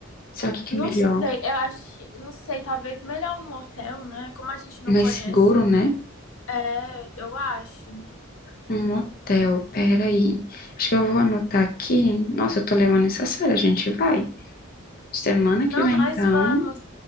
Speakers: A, on the left; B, on the left.
A: Será que que
B: não
A: é melhor?
B: sei, eu acho, não sei, talvez melhor um hotel, né? Como a gente não
A: Mais
B: conhece,
A: seguro, né?
B: é, eu acho.
A: Um hotel, peraí. Acho que eu vou anotar aqui. Nossa, eu tô levando isso a sério, a gente vai. Semana
B: Não,
A: que vem,
B: nós
A: então.
B: vamos.